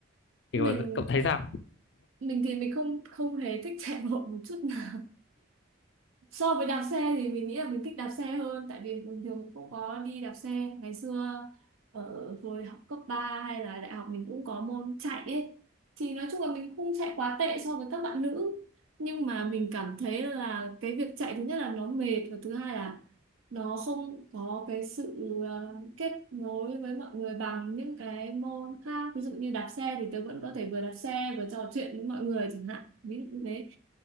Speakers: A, on the left; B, on the right.
A: thì
B: mình
A: cậu, cậu thấy sao
B: mình thì mình không không hề thích chạy <laughs> bộ một chút nào so với đạp xe thì mình nghĩ là mình thích đạp xe hơn tại vì bình thường mình cũng có đi đạp xe ngày xưa ở hồi học cấp 3 hay là đại học mình cũng có môn chạy ấy thì nói chung là mình không chạy quá tệ so với các bạn nữ nhưng mà mình cảm thấy là cái việc chạy thứ nhất là nó mệt và thứ hai là nó không có cái sự ờ, kết nối với mọi người bằng những cái môn khác ví dụ như đạp xe thì tớ vẫn có thể vừa đạp xe vừa trò chuyện với mọi người chẳng hạn ví dụ như thế